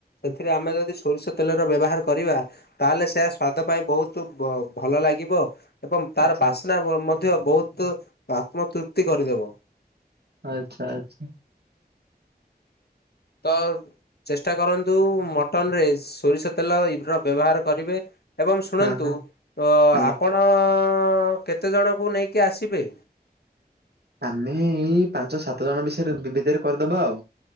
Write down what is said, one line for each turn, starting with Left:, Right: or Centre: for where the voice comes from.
Left: ସେଥିରେ ଆମେ ଯଦି ସୋରିଷ ତେଲର ବ୍ୟବହାର କରିବା ତାହେଲେ ସେୟା ସ୍ଵାଦ ପାଇଁ ବହୁତ ଭଲ ଲାଗିବ ଏବଂ ତାର
Right: ଆଚ୍ଛା
Left: ବାସ୍ନା
Right: ଆଚ୍ଛା
Left: ମଧ୍ୟ ବହୁତ ଆତ୍ମତୃପ୍ତି କରିଦେବ।
Right: ଆଚ୍ଛା ଆଚ୍ଛା।
Left: ହଁ ତ ଚେଷ୍ଟା କରନ୍ତୁ ମଟନ ରେ ସୋରିଷ ତେଲ ଏ ର ବ୍ୟବହାର କରିବେ। ଏବଂ ଶୁଣନ୍ତୁ
Right: ହଁ ହଁ ଆଜ୍ଞା
Left: ଆପଣ କେତେଜଣଙ୍କୁ ନେଇକି ଆସିବେ?
Right: ଆମେ ଏଇ ପାଞ୍ଚ ସାତ ଜଣ ବିଷୟରେ ଭିତରେ କରିଦବା ଆଉ।